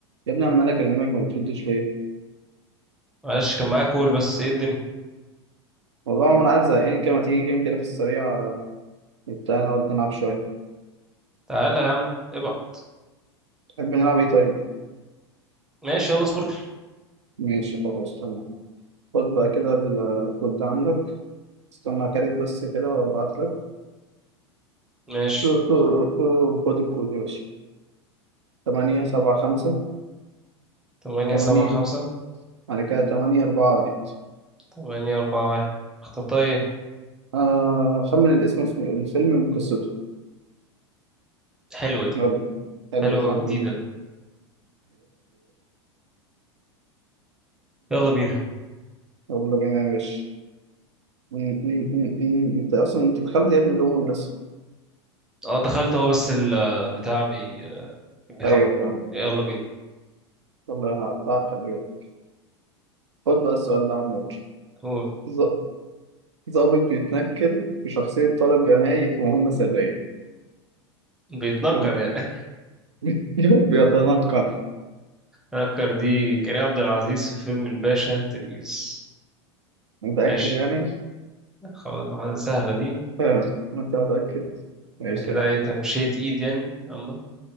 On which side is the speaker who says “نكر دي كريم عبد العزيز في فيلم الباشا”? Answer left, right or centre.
Centre